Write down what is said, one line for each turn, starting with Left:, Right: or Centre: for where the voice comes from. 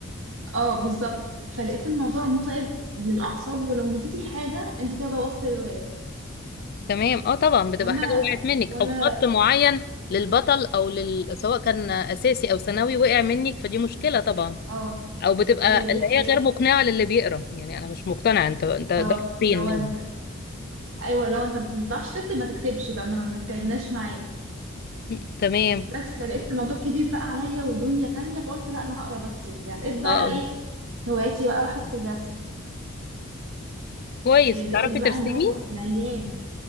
Right: اه بالظبط فلقيت الموضوع متعب للاعصاب ولو نسيتي حاجه انت كده بوظتي الروايه
Left: تمام اه طبعا بتبقى
Right: وانا
Left: حاجه وقعت منك
Right: وانا
Left: او خط معين للبطل او لل... سواء كان اساسي او ثانوي وقع منك فدي مشكله طبعا
Right: اه
Left: او بتبقى
Right: ايوه دي
Left: اللي
Right: حقيقة
Left: هي غير مقنعه للي بيقرا يعني انا مش مقتنعه انت انت
Right: بالظبط
Left: ده فين
Right: لو
Left: مني
Right: انت ايوه لو انت ما بتعرفش تكتب ما تكتبش بقى ما, ما تتعبناش معايا
Left: م، تمام
Right: بس لقيت الموضوع كبير بقى عليا ودنيا تانية فقلت لا انا هقرا بس وبتاع لقيت بقى
Left: اه
Right: ايه هواياتي بقى راحت في الرسم
Left: كويس
Right: إيه،
Left: بتعرفي
Right: لقيت
Left: ترسمي
Right: بقى اللي هو مليان